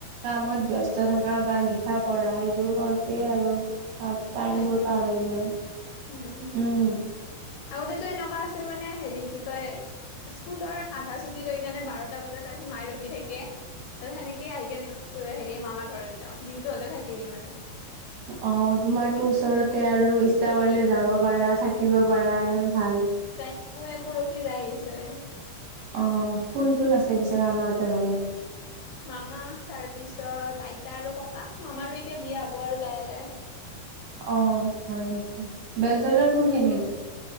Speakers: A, on the right; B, on the left.
A: কামত ব্যস্ত থকা বা লিখা পঢ়া এইবোৰ কৰোতেই আৰু আ টাইম
B: টাইমবোৰ
A: বোৰ পাৰ হৈ যায়।
B: উম হম
A: উম
B: আগতেতো এনেকুৱা আছিল মানে হেৰি কি কয়? স্কুলৰ আধা ছুটি লৈ কাৰণে বাৰটা বজাত তাৰপিছত মায়ে ৰখি থাকে। সেনেকে আহি কেনে হেৰি মামাৰ ঘৰত যাওঁ দিনটো হ'লে থাকি দিম আৰু
A: অ তোমাৰ তো ওচৰতে আৰু ইচ্ছা কৰিলে যাব পাৰা থাকিব পাৰা আৰু ভাল
B: একৌ পৰখি যাই আহিছে হে।
A: অ কোন কোন আছে পিছে মামা হতৰ ঘৰত।
B: মামা তাৰপিছত আইতা আৰু ককা মামাৰো এতিয়া বিয়া হ'ব আৰু লাহে লাহে।
A: অ হয় নেকি? বেলতলাৰ
B: উম
A: কোনখিনিত!